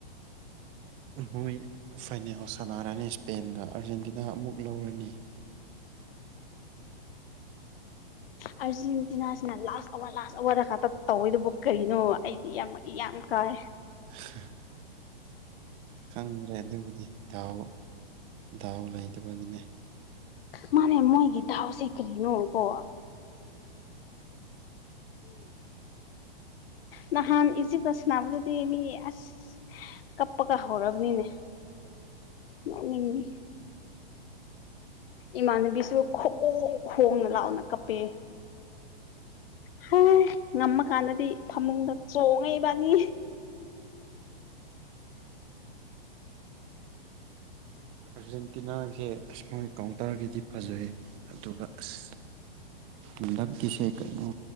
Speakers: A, on the right; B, on the left.
A: ꯃꯣꯏ ꯐꯥꯏꯅꯦꯜ ꯁꯥꯟꯅꯔꯅꯤ ꯏꯁꯄꯦꯟꯒ ꯑꯥꯔꯖꯦꯟꯇꯤꯅꯥ ꯑꯃꯨꯛ ꯂꯧꯔꯅꯤ
B: ꯑꯥꯔꯖꯦꯟꯇꯤꯅꯥꯁꯤꯅ ꯂꯥꯁ ꯑꯋꯥꯔ ꯂꯥꯁ ꯑꯋꯥꯔꯗ ꯈꯛꯇ ꯇꯧꯋꯦꯗꯨꯕꯨ ꯀꯔꯤꯅꯣ ꯑꯩꯗꯤ ꯌꯥꯝ ꯌꯥꯝ ꯀꯥꯏ
A: <inaudible> ꯈꯪꯗꯔꯦ ꯑꯗꯨꯕꯨꯗꯤ ꯗꯥꯎ ꯗꯥꯎ ꯂꯩꯇꯕꯒꯤꯅꯦ
B: ꯃꯥꯅꯦ ꯃꯣꯏꯒꯤ ꯗꯥꯎꯁꯦ ꯀꯔꯤꯅꯣ ꯀꯣ
A: <inaudible>
B: ꯅꯍꯥꯟ ꯏꯖꯤꯞꯀ ꯁꯥꯅꯕꯗꯨꯗꯤ ꯃꯤ ꯑꯁ ꯀꯞꯄꯀ ꯍꯧꯔꯕꯅꯤꯅꯦ ꯅꫭꯛꯅꯤꯡ ꯏ ꯏꯃꯥꯟꯅꯕꯤꯁꯨ ꯈꯣꯛꯎ ꯈꯣꯡꯅ ꯂꯥꯎꯅ ꯀꯞꯄꯦ ꯍ ꯉꯝꯃꯀꯥꯟꯗꯗꯤ ꯐꯃꯨꯡꯗ ꯆꯣꯡꯉꯑꯦꯏꯕꯅꯤ
A: ꯑꯥꯔꯖꯦꯟꯇꯤꯅꯥꯁꯦ ꯑꯁ ꯃꯣꯏ ꯀꯥꯎꯟꯇꯔꯒꯤꯗꯤ ꯐꯖꯩ ꯑꯗꯨꯒ ꯑꯁ <unintelligible> ꯀꯁꯦ ꯀꯩꯅꯣ